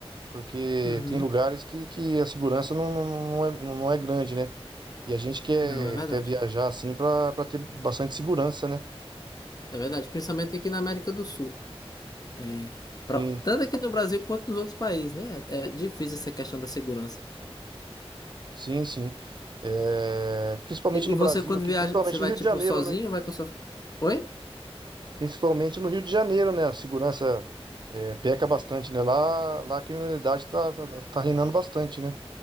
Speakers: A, on the right; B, on the left.
A: Porque
B: uhum.
A: tem lugares que, que a segurança não, não, não é, não é grande, né? E a gente quer,
B: Não, é verdade.
A: quer viajar assim pra para ter bastante segurança, né?
B: É verdade, principalmente aqui na América do Sul. É, pra-
A: Sim,
B: tanto aqui no Brasil quanto nos outros países, né? É difícil essa questão da segurança.
A: sim, sim. É, principalmente
B: E,
A: no
B: e você,
A: Brasil
B: quando
A: aqui,
B: viaja,
A: principalmente
B: você vai,
A: no Rio
B: tipo,
A: de Janeiro,
B: sozinho?
A: né?
B: ou Vai com a sua... Oi?
A: Principalmente no Rio de Janeiro, né? A segurança eh, peca bastante, né? Lá, lá a criminalidade tá, tá, tá reinando bastante, né?